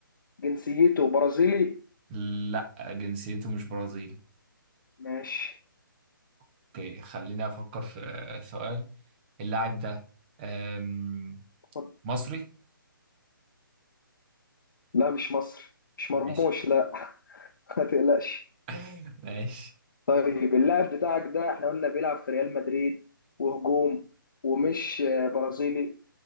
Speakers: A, on the left; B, on the right.
A: جنسيته برازيلي
B: لا جنسيته مش برازيلي
A: ماشي
B: اوكي خليني افكر في آه، سؤال اللاعب ده أم،
A: اتفضل.
B: مصري
A: لا مش مصري مش
B: ماشي
A: مرموش لا <laughs> ما تقلقش
B: <laughs> ماشي
A: طيب اللاعب بتاعك ده احنا قلنا بيلعب في ريال مدريد وهجوم ومش آه، برازيلي